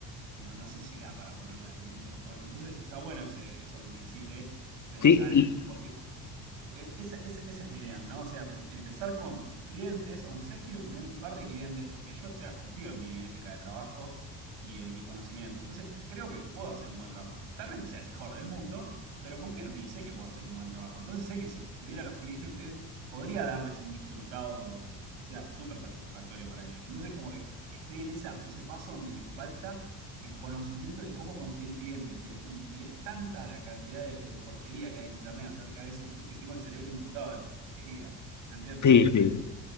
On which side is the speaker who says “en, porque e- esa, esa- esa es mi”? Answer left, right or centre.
Right